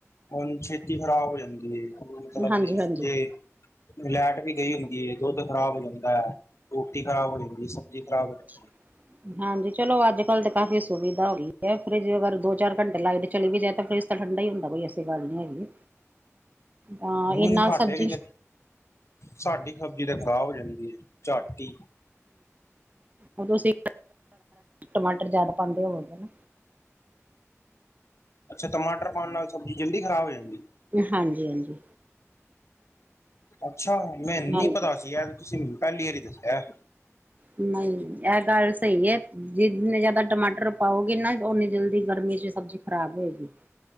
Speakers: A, on the left (about 65°); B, on the right (about 30°).
A: ਹੁਣ ਛੇਤੀ ਖ਼ਰਾਬ ਹੋ ਜਾਂਦੀ ਹੈ। ਮਤਲਬ
B: ਹਾਂਜੀ
A: ਇਸ
B: ਹਾਂਜੀ
A: ਤੇ ਲੈਟ ਵੀ ਗਈ ਹੁੰਦੀ। ਦੁੱਧ ਖਰਾਬ ਹੋ ਜਾਂਦਾ। ਰੋਟੀ ਖਰਾਬ ਹੋ ਜਾਂਦੀ ਹੈ। ਸਬਜ਼ੀ ਖਰਾਬ ਹੋ ਜਾਂ
B: ਹ ਹਾਂਜੀ। ਚਲੋ, ਅੱਜ ਕੱਲ੍ਹ ਤਾਂ ਕਾਫ਼ੀ ਸੁਵਿਧਾ ਹੋ ਗਈ ਹੈ ਫਰਿਜ ਅਗਰ ਦੋ -ਚਾਰ ਘੰਟੇ ਲਾਈਟ ਚਲੀ ਵੀ ਜਾਏ ਤਾਂ ਫਰਿਜ ਤਾਂ ਠੰਡਾ ਹੀ ਹੁੰਦਾ। ਕੋਈ ਐਸੀ ਗੱਲ ਨੀ ਹੈਗੀ। ਤਾਂ ਇਹਨਾ
A: ਨਹੀਂ ਸਾਡੇ
B: ਸਬਜ਼ੀ
A: ਲਈ ਤੇ ਸਾਡੀ ਸਬਜ਼ੀ ਤੇ ਖਰਾਬ ਹੋ ਜਾਂਦੀ ਹੈ ਝਾਟੀ।
B: ਉ ਅਸੀਂ ਟਮਾਟਰ ਜਿਆਦਾ ਪਾਉਂਦੇ ਹੋਵਾਂਗੇ।
A: ਅੱਛਾ, ਟਮਾਟਰ ਪਾਉਣ ਨਾਲ ਸਬਜ਼ੀ ਜਲਦੀ ਖ਼ਰਾਬ ਹੋ ਜਾਂਦੀ।
B: ਹਾਂਜੀ- ਹਾਂਜੀ।
A: ਅੱਛਾ। ਮੈਨ
B: ਹਾਂਜੀ
A: ਪਤਾ ਸੀ ਯਾਰ ਤੁਸੀਂ ਪਹਿਲੀ ਵਾਰੀ ਦੱਸਿਆ।
B: ਨਹੀਂ, ਇਹ ਗੱਲ ਸਹੀ ਹੈ। ਜਿੰਨੇ ਜਿਆਦਾ ਟਮਾਟਰ ਪਾਓਗੇ ਨਾ ਓਨੀ ਜਲਦੀ ਗਰਮੀ ਚ' ਸਬਜ਼ੀ ਖਰਾਬ ਹੋਏਗੀ।